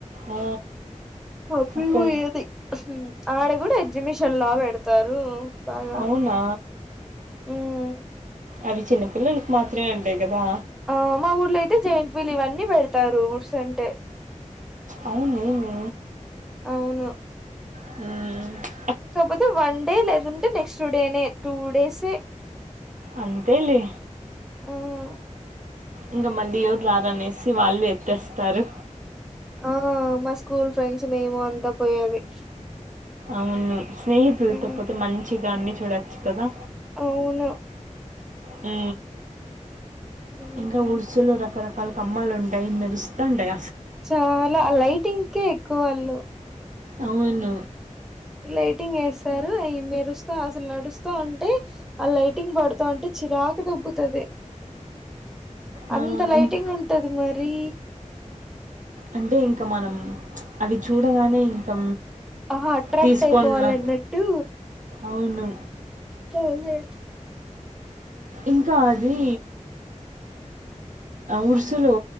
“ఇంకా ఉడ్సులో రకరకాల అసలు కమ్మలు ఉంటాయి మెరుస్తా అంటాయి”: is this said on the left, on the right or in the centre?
Right